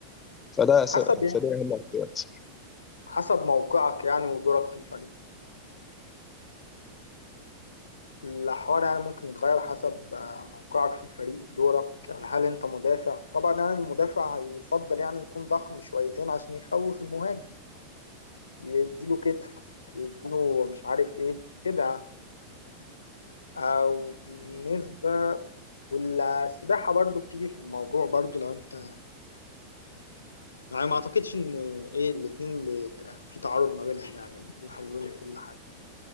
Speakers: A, on the left; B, on the left.
A: فده أس...
B: حسب يعني
A: فده أهم احتياجات
B: حسب موقعك يعني ودورك في الفريق الحوار يعني ممكن يتغير حسب آه، موقعك في الفريق دورك يعني هل انت مدافع طبعا يعني المدافع يفضل يعني يكون ضخم شويتين عشان يخوف المهاجم يديله كتف يديله مش عارف ايه كده او بالنسبة والسباحة برضو بتيجي في الموضوع برضو لو انت يعني ما اعتقدش ان ايه الاتنين بي- في تعارض ما بينهم يعني الاتنين حلوين وكل حاجة